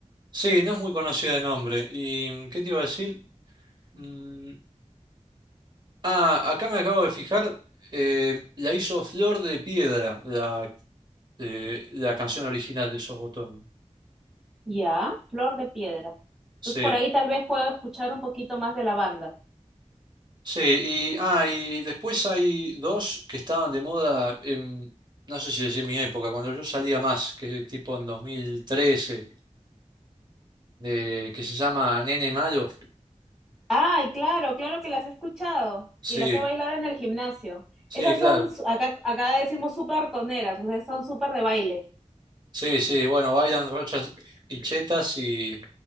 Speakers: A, on the right; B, in the centre.
A: sí, no es muy conocida de nombre. ¿Y mm, qué te iba a decir? Mm, ah, acá me acabo de fijar, eh, la hizo Flor de Piedra, la, eh, la canción original de esos botones.
B: Ya, flor de piedra. Entonces
A: Sí,
B: por ahí tal vez puedo escuchar un poquito más de la banda.
A: sí, y, ah, y después hay dos que estaban de moda en, no sé si decir mi época, cuando yo salía más, que tipo en dos mil trece. de que se llama Nene Malo.
B: Ay, claro, claro que las he escuchado
A: Sí,
B: y las he bailado en el gimnasio.
A: sí,
B: Esas
A: claro.
B: son, su- acá, acá decimos súper toneras, o sea, son súper de baile.
A: Sí, sí, bueno, bailan Rochas y Chetas y